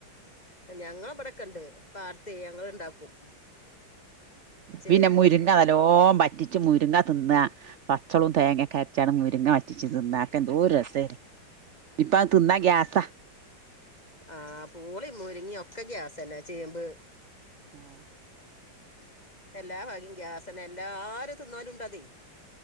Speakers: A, on the left (about 20°); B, on the right (about 75°).
A: ഞങ്ങള ഇവിടെക്കെ ഇണ്ട് പാത്ത് ഞങ്ങളൊക്കെ ഇണ്ടാക്കും ചേമ്പും
B: പിന്നെ മുരിങ്ങ നല്ലോ വറ്റിച്ച് മുരിങ്ങ തിന്ന പച്ചളും തേങ്ങക്കെ അരച്ചാണ് മുരിങ്ങ വറ്റിച്ച് തിന്നുക എന്തരു രസയ്നിം ഇപ്പ തിന്ന ഗ്യാസ
A: ആഹ് പൂളീം മുരിങ്ങിയ ഒക്കെ ഗ്യാസ തന്നെ ചേമ്പ്
B: ആഹ
A: എല്ലാ ഭഗ്യം ഗ്യാസനെ എല്ലാരും തിന്നാലും ഇണ്ടതെ